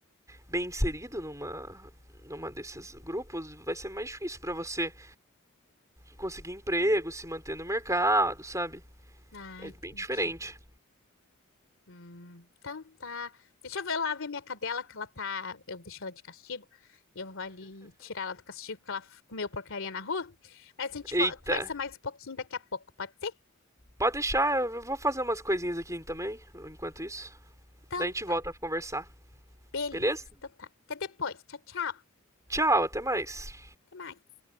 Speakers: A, on the right; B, on the left.
A: bem inserido numa numa desses grupos, vai ser mais difícil para você conseguir emprego, se manter no mercado, sabe?
B: Ah,
A: É
B: entendi.
A: bem diferente.
B: Hum, então tá. Deixa eu ver lá ver minha cadela, que ela tá. Eu deixei ela de castigo. Eu vou ali tirar ela do castigo, porque ela comeu porcaria na rua. Mas a gente
A: Eita.
B: vo- conversa mais um pouquinho daqui a pouco, pode ser?
A: Pode deixar, eu vou fazer umas coisinhas aqui também, enquanto isso.
B: Então
A: Daí a gente volta
B: tá.
A: pra conversar.
B: Beleza.
A: Beleza?
B: Então tá. Até depois. Tchau, tchau.
A: Tchau, até mais.
B: Até mais.